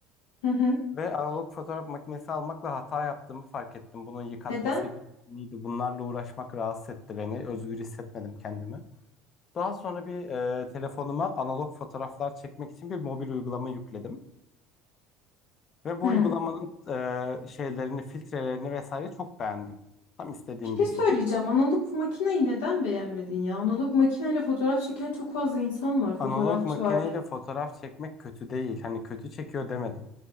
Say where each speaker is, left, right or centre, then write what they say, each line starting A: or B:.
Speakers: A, on the left (about 85°); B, on the left (about 40°).
A: Hı hı.
B: ve analog fotoğraf makinesi almakla hata yaptığımı fark ettim. Bunun yıkatmasıydı,
A: Neden?
B: miydi? Bunlarla uğraşmak rahatsız etti beni. Özgür hissetmedim kendimi. Daha sonra bir e, telefonuma analog fotoğraflar çekmek için bir mobil uygulama yükledim ve bu
A: Hı.
B: uygulamanın e, şeylerini, filtrelerini vesaire çok beğendim. Tam istediğim
A: Bir şey
B: gibiydi.
A: söyleyeceğim. Analog makineyi neden beğenmedin ya? Analog makineyle fotoğraf çeken çok fazla insan var. Fotoğrafçı
B: Analog makineyle
A: var.
B: fotoğraf çekmek kötü değil. Hani kötü çekiyor demedim.